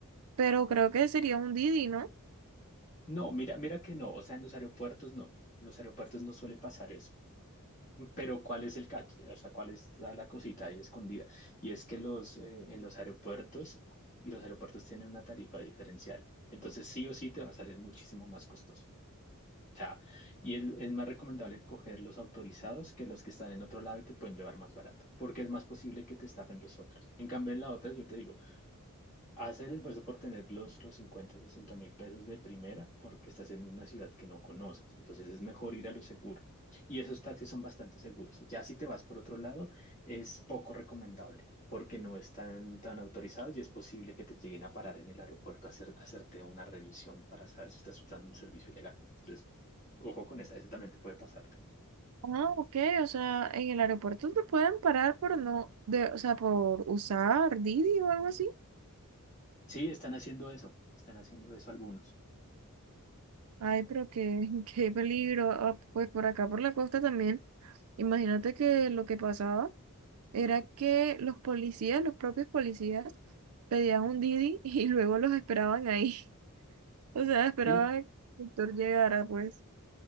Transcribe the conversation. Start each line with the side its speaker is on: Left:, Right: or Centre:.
Right: pero creo que sería un Didi, ¿no?
Left: no, mira, mira que no, o sea, en los aeropuertos no, en los aeropuertos no suele pasar eso, pero ¿cuál es el catch? O sea, ¿cuál es la, la cosita ahí escondida? Y es que los, eh, en los aeropuertos, los aeropuertos tienen una tarifa diferencial, entonces sí o sí te va a salir muchísimo más costoso, o sea, y es, es más recomendable coger los autorizados que los que están en otro lado y te pueden llevar más barato, porque es más posible que te estafen los otros. En cambio, en la otra, yo te digo, Haz el esfuerzo por tener los, los 50, 60 mil pesos de primera porque estás en una ciudad que no conoces. Entonces es mejor ir a lo seguro. Y esos taxis son bastante seguros. Ya si te vas por otro lado, es poco recomendable porque no están tan autorizados y es posible que te lleguen a parar en el aeropuerto a hacer, a hacerte una revisión para saber si estás usando un servicio ilegal. Entonces, ojo con esa, esa también te puede pasar.
Right: Ah, ok, o sea, en el aeropuerto te pueden parar por no, de, o sea, por usar Didi o algo así.
Left: Sí, están haciendo eso. Están haciendo eso algunos.
Right: Ay, pero qué, <laughs> qué peligro. Ah, pues por acá, por la costa también. Imagínate que lo que pasaba era que los policías, los propios policías, pedían un Didi <laughs> y luego los esperaban ahí. <laughs> O sea, esperaban
Left: Mm.
Right: a que el doctor llegara, pues.